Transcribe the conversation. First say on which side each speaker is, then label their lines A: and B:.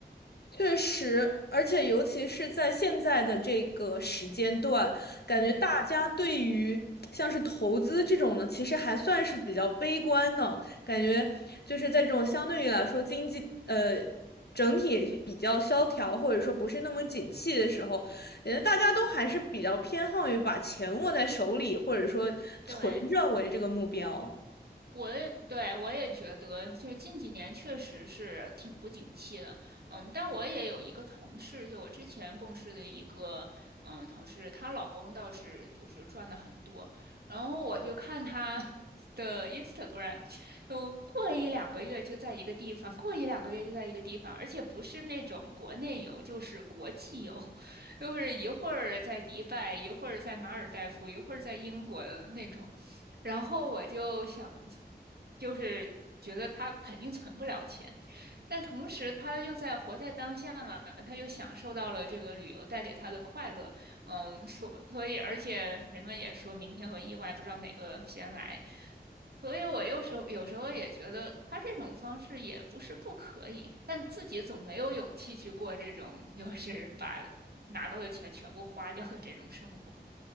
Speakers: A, on the left; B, on the right.
A: 确实，而且尤其是在现在的这个时间段，感觉大家对于像是投资这种呢，
B: 嗯，
A: 其实还算是比较悲观的。感觉就是在这种相对于来说经济呃整体也是比较萧条，或者说不是那么景气的时候，感觉大家都还是比较偏好于把钱握在手里，或者说存着为这个目标。
B: 对。我也对我也觉得，就是近几年确实是挺不景气的，嗯，但我也有一个同事，就我之前共事的一个，嗯，同事，她老公倒是就是赚的很多，然后我就看她 <laughs> 的 Instagram，就过一两个月就在一个地方，过一两个月就在一个地方，而且不是那种国内游，就是国际游，<laughs> 就是一会儿在迪拜，一会儿在马尔代夫，一会儿在英国的那种。然后我就想，就是觉得他肯定存不了钱，但同时他又在活在当下嘛，他又享受到了这个旅游带给他的快乐，嗯，所所以而且人们也说明天和意外不知道哪个先来，所以我有时候有时候也觉得他这种方式也不是不可以，但自己总没有勇气去过这种就是把拿到的钱全部花掉的这种生活，